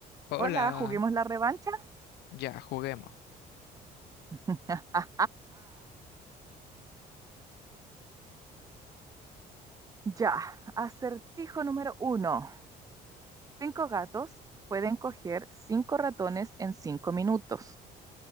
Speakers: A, on the left (about 75°); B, on the right (about 20°).
A: Hola,
B: Hola, juguemos la revancha.
A: ya juguemos.
B: <laughs> Ya, acertijo número uno. Cinco gatos pueden coger cinco ratones en cinco minutos.